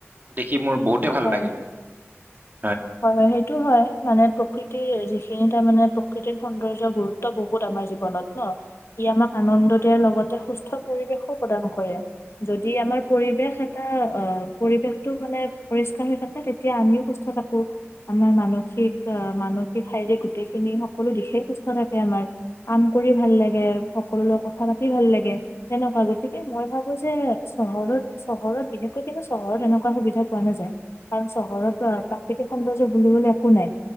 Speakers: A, on the right; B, on the left.
A: দেখি খি মোৰ বহুতে ভাল
B: হয়।
A: লাগে মানে।
B: হয় - হয়। সেইটো হয়। মানে প্ৰকৃতিৰ যিখি নি তাৰ মানে প্ৰকৃতিৰ সৌন্দৰ্যৰ গুৰুত্ব বহুত আমাৰ জীৱনত ন'? ই আমাক আনন্দ দিয়াৰ লগতে সুস্থ পৰিৱেশো প্ৰদান কৰে। যদি আমাৰ পৰিৱেশ এটা অ' পৰিৱেশটো মানে পৰিষ্কাৰ হৈ থাকে, তেতিয়া আমিও সুস্থ থাক কো আমাৰ মানসিক- অ' মানসিক ঠাইৰে গোটেইখিনি সকলো দিশে সুস্থ থাকে আমাৰ। কাম কৰি ভাল লাগে। সকলোৰ লগত কথা পাতি ভাল লাগে। তেনেকুৱা গ গতিকে মই ভাবোঁ চহৰত চহৰত বিশেষকৈ কিন্তু, চহৰত এনেকুৱা সুবিধা পোৱা নাযায়। কাৰণ চহৰতো আৰু সেইতি সৌন্দৰ্য বুলিবলৈ একো নাই।